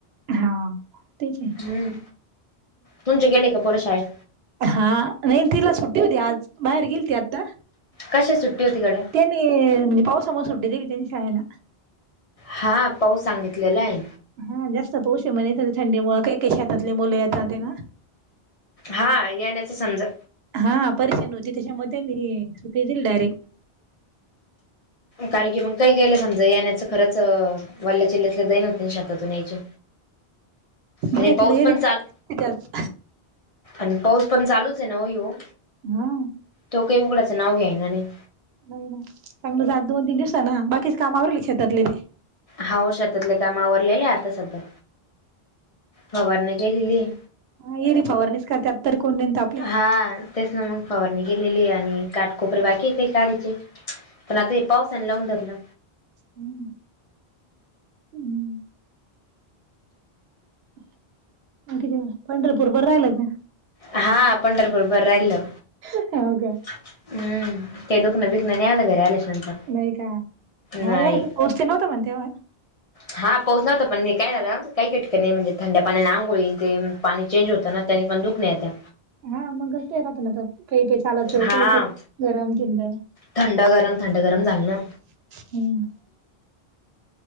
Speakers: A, on the right; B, on the left.
A: हां. तेच ना.
B: हम्म. तुमचे गेले का पोर शाळेत?
A: हा. नाही तिला सुट्टी होती आज. बाहेर गेली ती आत्ता.
B: कशा सुट्टी होती गड्या?
A: त्यानी म्हणजे पावसामुळं सुट्टी दिलीती ना शाळेला.
B: हा. पाऊस सांगितलेला ए.
A: हां. जास्त पाऊस ए म्हणे. त थंडी मुळे काही काही शेतातले मुले येता ते ना.
B: हां. येण्याच समजा.
A: हां. परेशानी होती त्याच्यामुळे त्यांनी सुट्टीच दिली डायरेक्ट.
B: कारण की मग काही काहीला समजा येण्याचं खरंच वाल्ल्याचिल्ल्यातलं <unintelligible> शेतातून यायचं.
A: बरं
B: आणि
A: तिला
B: पाऊस
A: एरिया
B: पण चाल-
A: त्याच
B: आन पाऊस पण चालूच ए ना हो ह्यो.
A: म.
B: तो काही उघडाचं नाव घेईना नाही.
A: हं. चांगलं झा- दोन तीन दिवसांन बाकीच काम आवरले शेतातले ते?
B: हाव. शेतातल काम आवरलेलेय आता सध्या. फवारणी केलेली ए.
A: हा. येरवी फवारणीच करत्यात. तर को <unintelligible>
B: हा. तेच ना मग. फवारणी केलेलीए आणि काठकोपरे बाकी ए काही काढायचे. पण आता हे पावसानी लावून धरलं.
A: हम्म. हम्म. <unintelligible> पंढरपूर बरं राहिल का?
B: हा. पंढरपूर बर राहिल.
A: हाव का?
B: हम्म. काही दुखणं बिखणं नाही आलं. घरी आल्याच्या नंतर?
A: नाही का हा.
B: नाही
A: एवढ <unintelligible> नव्हत म्हण तेव्हा.
B: हा. पाऊस नव्हता. पण हे काय झालं काही काही ठिकाणी म्हणजे थंड्या पाण्याने आंघोळी न तेन - पाणी चेंज होतं ना? त्यानी पण दुखणे येत्या.
A: हां. <unintelligible> केळीच्या सालाच <unintelligible>
B: हा थंड गरम थंड गरम झालं ना
A: हम्म.